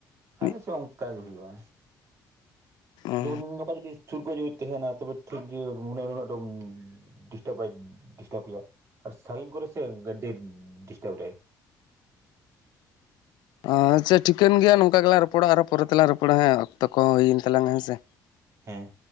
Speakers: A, on the right; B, on the left.
A: ᱟᱞᱮ
B: ᱢᱤᱫ
A: ᱥᱮᱫ ᱦᱚᱸ ᱚᱱᱠᱟ ᱜᱮ ᱦᱩᱭᱩᱜᱼᱟ
B: ᱚ
A: ᱡᱮᱢᱚᱱ ᱱᱚᱝᱠᱟ ᱡᱩᱫᱤ ᱥᱩᱨ ᱠᱚ ᱡᱩᱫᱤ ᱛᱟᱦᱮᱱᱟ ᱛᱚᱵᱮ ᱴᱷᱤᱠ ᱜᱮ ᱢᱚᱱᱮ ᱩᱱᱟᱹᱜ ᱰᱚᱢ ᱰᱤᱥᱴᱟᱵᱟᱭ ᱰᱤᱥᱴᱟᱯᱮᱭᱟ᱾ ᱟᱨ ᱥᱟᱺᱜᱤᱧ ᱠᱚᱨᱮ ᱥᱮ ᱜᱟᱰᱮ ᱰᱤᱥᱴᱟᱵᱟᱭ
B: ᱟᱪᱪᱷᱟ ᱴᱷᱤᱠᱟᱹᱱ ᱜᱮᱭᱟ ᱱᱚᱝᱠᱟ ᱜᱮᱞᱟᱝ ᱨᱚᱯᱚᱲᱟ ᱟᱨᱚ ᱯᱚᱨᱮ ᱛᱮᱞᱟᱝ ᱨᱚᱯᱚᱲᱟ ᱦᱮᱸ ᱚᱠᱛᱚ ᱠᱚᱦᱚᱸ ᱦᱩᱭᱮᱱ ᱛᱟᱞᱟᱝ ᱦᱮᱸ ᱥᱮ
A: ᱦᱮᱸ᱾